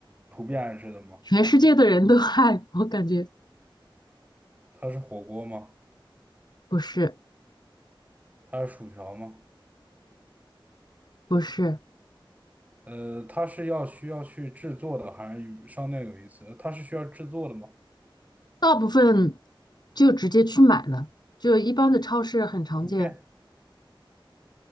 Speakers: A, on the right; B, on the left.
A: 普遍爱吃的吗？
B: 全世界的人都爱，我感觉
A: 它是火锅吗？
B: 不是
A: 它是薯条吗？
B: 不是。
A: 呃，它是要需要去制作的，还是与商店有一次？它是需要制作的吗？
B: 大部分就直接去买了，就一般的超市很常见。
A: 薯片